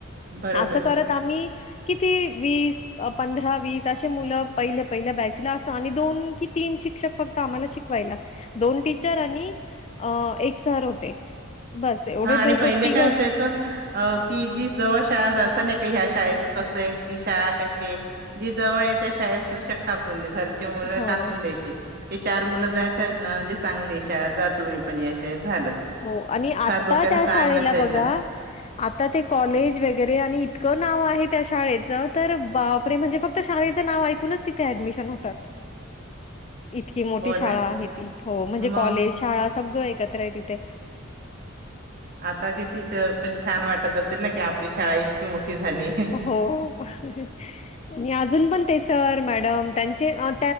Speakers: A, on the right; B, on the left.
A: बरोबर
B: असं करत आम्ही किती वीस पंधरा वीस तस मुलं पहिल पहिल बॅच अस दोन कि तीन शिक्षक फक्त आम्हाला शिकवायला दोन टीचर आणि एक सर होते बस एवढे
A: हा आणि
B: दोघं
A: पहिले
B: तिघच
A: काय असायचं की जी जवळ शाळा असं नाही ह्या शाळेच कसं आहे की शाळा कशी आहे जी जवळ आहे त्या शाळेत शिक्षक टाकून घर मुल
B: हो
A: टाकून द्यायची हे चार मुलं जात आहेत ना म्हणजे चांगले आहे शाळा जा तुम्ही मी पण या शाळेत झालं
B: हो आणि आता
A: फार डोक्याला
B: त्या
A: ताण
B: शाळेला
A: नसायचा
B: बघा आता ते कॉलेज वगैरे आणि इतकं नाव आहेत त्या शाळेच तर बापरे म्हणजे फक्त शाळेचं नाव ऐकूनच तिथे ऍडमिशन होतात इतकी मोठी
A: हो
B: शाळा
A: ना
B: आहे ती हो म्हणजे
A: मग
B: कॉलेज शाळा सगळं एकत्र आहे तिथं ते
A: आता कितीतर पण छान वाटत असत ना की आपली शाळा इतकी मोठी झाली.
B: हो ह आणि अजून पण ते सर मॅडम त्यां